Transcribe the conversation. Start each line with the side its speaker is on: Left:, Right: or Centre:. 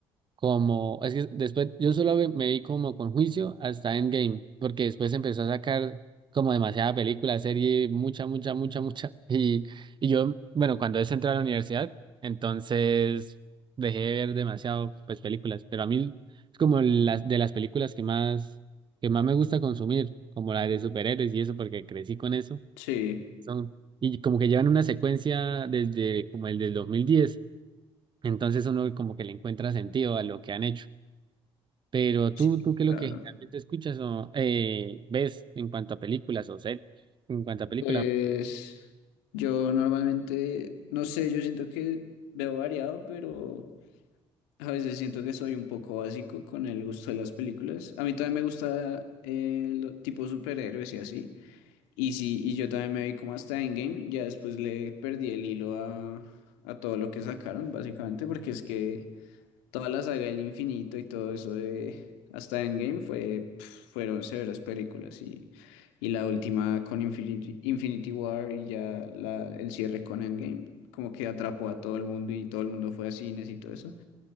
Right: como, es que después yo solo ve- me vi como con juicio hasta Endgame, porque después empezó a sacar como demasiada película, serie, mucha, mucha, mucha, mucha. <laughs> Y, y yo, bueno, cuando es entrar a la universidad, entonces dejé de ver demasiado, pues, películas, pero a mí es como las de las películas que más, que más me gusta consumir, como la de superhéroes y eso, porque crecí con eso.
Left: Sí,
Right: Son, y como que llevan una secuencia desde como el del dos mil diez entonces uno como que le encuentra sentido a lo que han hecho. Pero
Left: sí,
Right: tú, tú qué es lo
Left: claro.
Right: que generalmente escuchas o eh, ves en cuanto a películas o set, en cuanto a películas.
Left: Pues yo normalmente, no sé, yo siento que veo variado, pero a veces siento que soy un poco básico con el gusto de las películas. A mí también me gusta el tipo superhéroes y así. Y sí, y yo también me vi como hasta Endgame, ya después le perdí el hilo a, a todo lo que sacaron, básicamente, porque es que toda la saga del infinito y todo eso de hasta Endgame fue, pf, fueron severas películas y, y la última con Infinity, Infinity War y ya la, el cierre con Endgame, como que atrapó a todo el mundo y todo el mundo fue a cines y todo eso.